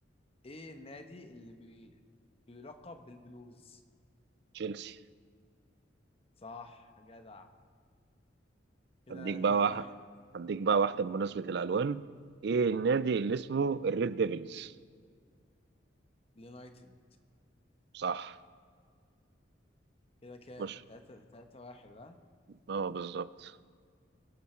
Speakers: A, on the left; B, on the right.
A: ايه النادي اللي بي... بيلقب بالبلوز
B: تشيلسي
A: صح جدع كده
B: هديك
A: 2
B: بقى واحد
A: 1
B: هديك بقى واحدة بمناسبة الألوان إيه النادي اللي اسمه الريد ديفلز
A: اليونايتد
B: صح
A: كده كام
B: مش
A: 3 3 1 ها
B: اه بالظبط